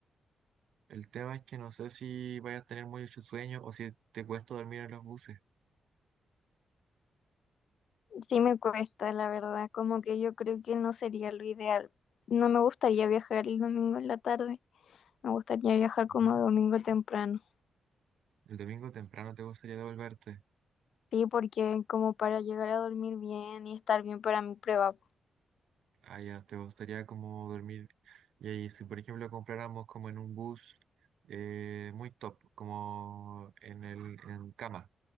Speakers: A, on the right; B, on the left.
A: El tema es que no sé si vayas a tener mucho sueño o si te cuesta dormir en los buses,
B: Sí me cuesta, la verdad, como que yo creo que no sería lo ideal. No me gustaría viajar el domingo en la tarde. Me gustaría viajar como
A: ¿no?
B: domingo temprano.
A: El domingo temprano te gustaría devolverte.
B: Sí, porque como para llegar a dormir bien y estar bien para mi prueba.
A: Allá te gustaría como dormir. Y ahí, si por ejemplo compráramos como en un bus eh, muy top, como en el en cama,